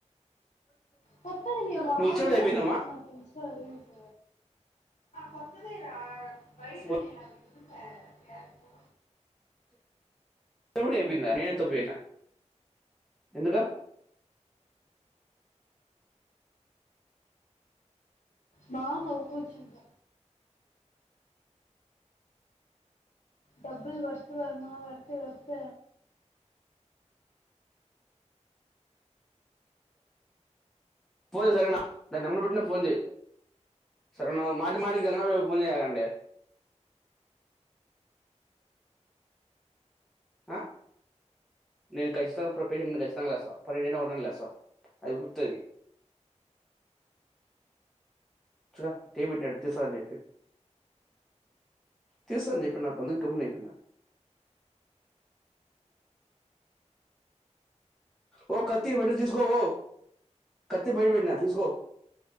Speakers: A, on the left; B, in the centre.
A: కొత్తది నేను వారం
B: నువ్వు వచ్చేప్పుడు
A: రోజుల
B: అయిపోయిందమ్మా
A: నుంచి చూస్తున్న ఇన్స్టా లో రీల్స్ కొత్తది ఏరా బయట
B: నువ్వు
A: నేను అనింది ఇ స తారు కో
B: ఎవరు చెప్పింది నేను ఏం తప్పు చేసినా ఎందుకు
A: బా నౌకుచ్చంత డబ్బుల్ వర్త్ వర్మ వర్త్ వర్త్
B: ఫోన్ సరేనా దాని నెంబర్ పెట్టీ నాకు ఫోన్ చేయ్ సరేనా మాటి మాటికింగ ఫోన్ చేయకండి ఆ నేను ఖచ్చితంగా ప్రొపేషను ఖచ్చితంగా లేస్త పన్నెండున్న ఉన్నాను లే సార్ అది వృత్తి బ తీస చెప్ప తీసా చెప్ప నా కొందు క అయిపో ఓ కత్తి బెట్ట చసుకో ఓ కత్తి బఠ బెఠనా తీసుకో